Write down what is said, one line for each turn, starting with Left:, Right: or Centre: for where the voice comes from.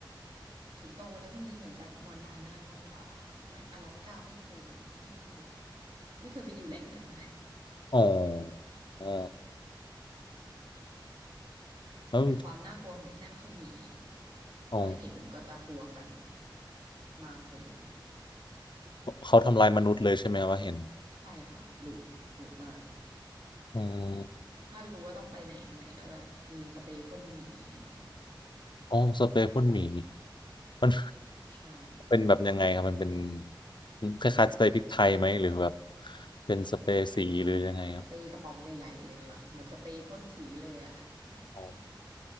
Right: สิงโตและพวกนี้เหมือนจะมอนทานามากกว่าค่ะไม่อลาสก้าไม่เคยนะไม่เคยไม่เคยไปอยู่แหล่งนั้น
Left: อ๋ออ๋อแล้ว
Right: แต่ความน่ากลัวของที่นั่นคือหมี
Left: อ๋อ
Right: ถ้าเห็นก็จะกลัวกันมากเลยแหละ
Left: เขาทำลายมนุษย์เลยใช่ไหมว่าเห็น
Right: ใช่ค่ะดุดุมาก
Left: อืม
Right: แบบถ้ารู้ว่าต้องไปไหนมาไหนก็จะมีสเปรย์พ่นหมีอะไรเงี้ย
Left: อ๋อสเปรย์พ่นหมีมัน
Right: ใช่
Left: เป็นแบบยังไงครับมันเป็นคล้ายๆสเปรย์พริกไทยไหมหรือแบบเป็นสเปรย์สีหรือยังไงครับ
Right: สเปรย์กระป๋องใหญ่ๆเลยค่ะเหมือนสเปรย์พ่นสีเลยอะ <laughs>
Left: อ๋อ